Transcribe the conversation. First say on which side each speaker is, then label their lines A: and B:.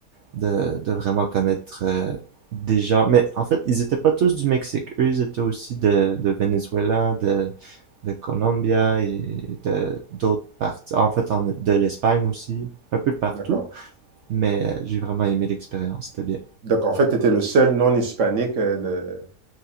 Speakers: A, on the right (about 70°); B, on the right (about 50°).
A: de, de vraiment connaître euh, des gens. Mais en fait, ils étaient pas tous du Mexique. Eux, ils étaient aussi de, de Venezuela, de, de Colombia et de d'autres parties. En fait, en- de l'Espagne aussi, un peu de partout.
B: d'accord.
A: Mais euh, j'ai vraiment aimé l'expérience, c'était bien.
B: Donc, en fait, tu étais le seul non-hispanique euh, de,